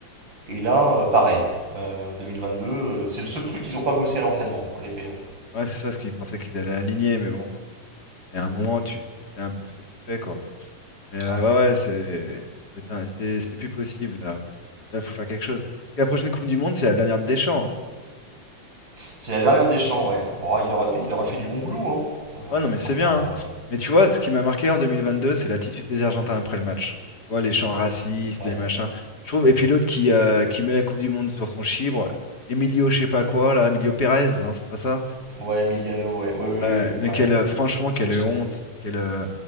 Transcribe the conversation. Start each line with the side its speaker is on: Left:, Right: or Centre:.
Right: Et un. Et là, euh, pareil. Euh, 2022, euh, c'est le seul truc qu'ils n'ont pas bossé à l'entraînement, quoi, les pélos.
Left: ouais, c'est ça ce qu'ils pensaient qu'ils allaient aligner, mais bon, il y a un moment, tu, tu sais un peu ce que tu fais, quoi. Mais euh,
Right: Ouais.
Left: ouais, ouais, c'est, c'est un- c'est, c'est plus possible, là. Donc, euh, Là, il faut faire quelque chose. Parce que la prochaine Coupe du Monde, c'est la dernière de Deschamps, hein.
Right: C'est la dernière des champs, ouais. Bon, il aura, il aura fait du bon boulot, hein. Euh,
Left: Ouais, non, mais
Right: franchement,
Left: c'est bien. hein. Mais tu vois, ce qui m'a marqué en 2022, c'est l'attitude des Argentins après le match. Tu vois, les chants racistes,
Right: euh,
Left: les
Right: ouais.
Left: machins. Je trouve. Et puis l'autre qui, euh, qui met la Coupe du Monde sur son chibre, Emilio, je sais pas quoi, là, Emilio Pérez, non, c'est pas ça.
Right: Ouais, Emiliano, ouais. Ouais, ouais,
Left: Ouais,
Right: ouais,
Left: mais
Right: ouais.
Left: quelle, euh, franchement,
Right: Sanchez.
Left: quelle honte. Quelle, euh,